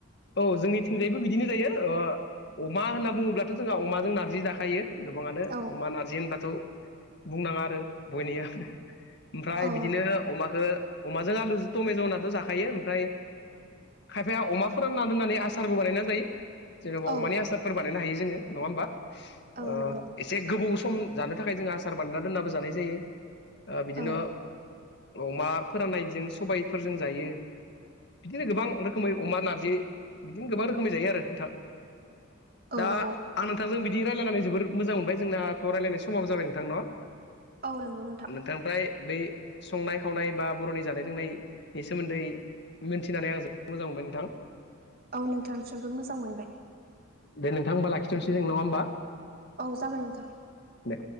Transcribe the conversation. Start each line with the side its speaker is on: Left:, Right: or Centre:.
Left: औ जोंनिथिंजायैबो बिदिनो जायो ओ अमा होनना बुङोब्लाथ' जोंहा अमाजों नार्जि जाखायो। गोबाङानो
Right: औ
Left: अमान आरजि होनबाथ' बुंनाङा आरो बयनिआनो। ओमफ्राय
Right: औ
Left: बिदिनो अमाखौ अमाजों आलुजों टमेेज' होनाथ' जाखायो ओमफ्राय खायफाया अमा फोरानना दोननानै आसारबो बानायना जायो जेनेबा
Right: औ
Left: अमानि आसारफोर बानायनो हायो जोङो नङा होमबा। ओ
Right: औ नंगौ
Left: एसे गोबौ सम जानो थाखाय जों आसार बानायनाय दोननाबो जानाय जायो। ओ बिदिनो
Right: औ
Left: अमा फोराननायजों सबायफोरजों जायो बिदिनो गोबां रोखोमै अमा नार दि बिदिनो गोबां रखोमै जायो आरो नोंथां।
Right: औ
Left: दा
Right: औ
Left: आं नों थांजों बिदि रायल्लायनानै जोबबोर मोजां मोनबाय जोंनाथ' राय्लायनाय समाव जाबाय नोंथां न'?
Right: औ नंगौ नोंथां।
Left: ओमफ्राय बै संनाय खावनाय बा बर'नि जानाय लोंनायनि सोमोन्दै मिथिनानै आं जबोद मोजां मोनबाय नोंथां।
Right: औ नोंथांनिसिमबो मोजां मोनबाय।
Left: दे नोंथां होनबा लाखिथ'नोसै जों नङा होमबा?
Right: औ जागोन नोंथां।
Left: दे।